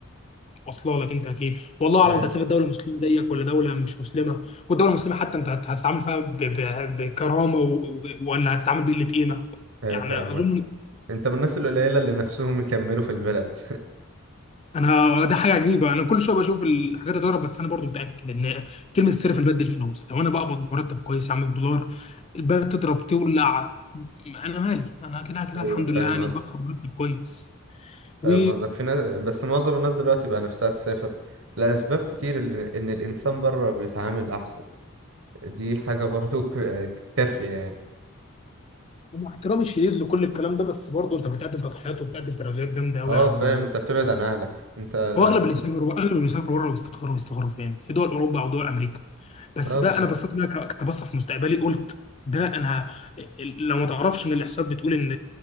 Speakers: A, on the left (about 30°); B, on the right (about 70°).
A: واصله لك انت اكيد والله اعلم
B: ايوه
A: انت هتسافر دوله مسلمه زيك ولا دوله مش مسلمه والدوله المسلمه حتى انت هت- هتتعامل فيها ب- ب- بكرامه و- و- ولا هتتعامل بقله قيمه
B: ايوه
A: يعني
B: فاهم
A: اظن
B: انت من الناس القليله اللي نفسهم يكملوا في البلد
A: انا ده حاجه عجيبه انا كل شويه بشوف الحاجات تضرب بس انا برضو متاكد ان كلمه السر في الباد دي الفلوس لو انا بقبض مرتب كويس يا عم بدولار الباد تضرب تولع انا مالي انا كده
B: <laughs>
A: كده
B: ايوه
A: الحمد
B: فاهم
A: لله يعني
B: قصدك
A: باخد مرتب كويس و-
B: فاهم قصدك في ناس بس معظم الناس دلوقتي بقى نفسها تسافر لاسباب كتير اللي- ان الانسان بره بيتعامل احسن دي حاجه برضه <laughs> ك- كافيه يعني
A: ومع احترامي الشديد لكل الكلام ده بس برضه انت بتقدم تضحيات وبتقدم تراجعات جامده قوي
B: اه
A: عن
B: فاهم انت بتبعد عن اهلك انت اه
A: هو اغلب اللي سافروا اغلب اللي بيسافروا بره بيستقروا بيستقروا فين؟ في دول اوروبا او دول امريكا بس
B: بالظبط
A: ده انا بصيت بقى ك- كبصه في مستقبلي قلت ده انا لو ما تعرفش ان الاحصاءات بتقول ان